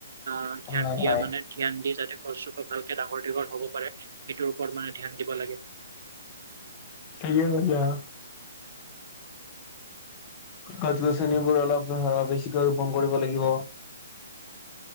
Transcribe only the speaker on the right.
অ ধ্যান
দিয়া
মানে ধ্যান দি যাতে বস্তুটো ভালকে ডাঙৰ দীঘল হ'ব পাৰে। সেইটোৰ ওপৰত মানে ধ্যান দিব লাগে।